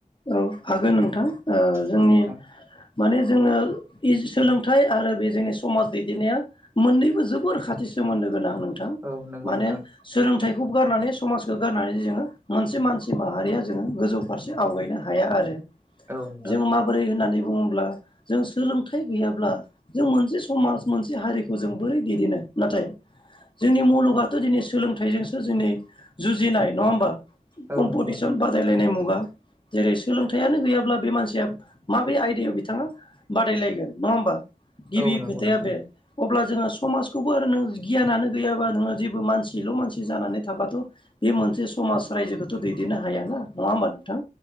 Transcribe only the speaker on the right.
औ नोंथां
औ नंगौ
नोंथां
औ नोंथां
औ
नंगौ नोंथां
औ नंगौ
नोंथां